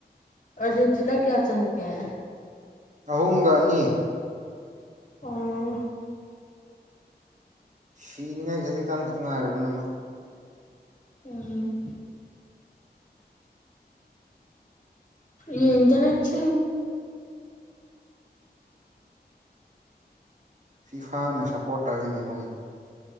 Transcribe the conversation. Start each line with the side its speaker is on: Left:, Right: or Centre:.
Left: ꯑꯔꯖꯦꯟꯇꯤꯅꯥ ꯀꯌꯥ ꯆꯪꯒꯦꯦ
Right: ꯑꯍꯨꯝꯒ ꯑꯅꯤ
Left: ꯑꯥ
Right: ꯁꯤꯅꯤꯡꯉꯥꯏ ꯈꯗ ꯈꯤꯇꯪ ꯈꯛꯇ ꯉꯥꯏꯔꯕ ꯅꯃ
Left: ꯎ ꯌꯦꯟꯖ ꯂꯩꯁꯤ
Right: ꯐꯤꯐꯥꯅ ꯁꯞꯄꯣꯔꯠ ꯇꯧꯔꯤꯅꯤ ꯃꯣꯏ